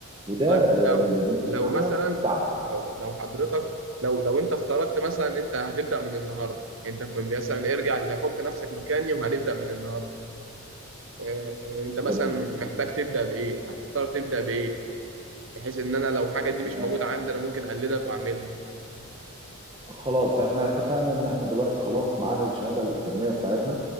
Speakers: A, on the right; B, on the right.
A: وده
B: طيب لو
A: آه، بناء
B: لو
A: على
B: مثلا
A: التعب
B: او لو حضرتك لو لو انت افترضت مثلا ان انت هتبدا من النهارده انت مثلا ارجع اللي حط نفسك مكاني وهنبدا من النهارده آه، آه، انت مثلا
A: جميل
B: محتاج تبدا بايه هتختار تبدا بايه بحيث ان انا لو حاجه دي
A: آه،
B: مش موجوده عندي انا ممكن اقلدك واعملها
A: خلاص احنا اتفقنا ان احنا دلوقتي خلاص معانا الشهاده الاكاديميه بتاعتنا